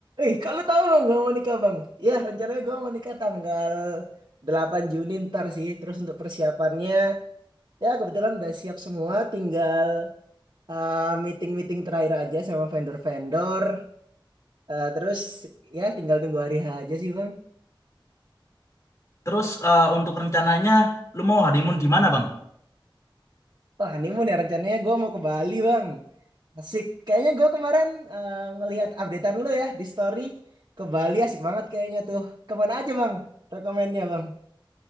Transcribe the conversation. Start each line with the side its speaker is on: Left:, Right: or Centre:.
Right: Eh, kalau tahu, Bang, gua mau nikah, Bang. Ya, rencananya gua mau nikah tanggal 8 Juni ntar sih. Terus untuk persiapannya, ya kebetulan udah siap semua. Tinggal eh, meeting-meeting terakhir aja sama vendor-vendor. Eh, terus, ya tinggal nunggu hari H aja sih, Bang.
Left: Terus eh, untuk rencananya lu mau honeymoon di mana Bang?
Right: Oh, honeymoon ya rencananya gua mau ke Bali, Bang. Asik. Kayaknya gua kemarin eh, ngelihat updatean lu ya di story. Ke Bali asik banget kayaknya tuh. Kemana aja, Bang? Rekomennya, Bang.